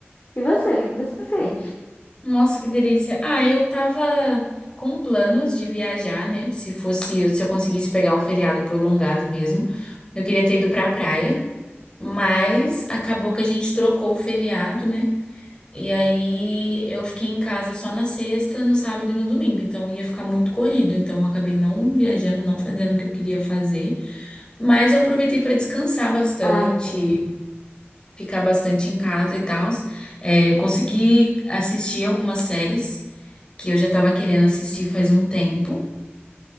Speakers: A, on the left; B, on the left.
A: E você, o que que você fez?
B: Nossa, que delícia. Ah, eu tava com planos de viajar, né? Se fosse, se eu conseguisse pegar o feriado prolongado mesmo, eu queria ter ido pra praia, mas acabou que a gente trocou o feriado, né? E aí eu fiquei em casa só na sexta, no sábado e no domingo, então ia ficar muito corrido, então eu acabei não viajando, não fazendo o que eu queria fazer, mas eu aproveitei para descansar bastante,
A: Ah, entendi.
B: ficar bastante em casa e tal. É, eu consegui assistir algumas séries que eu já estava querendo assistir faz um tempo.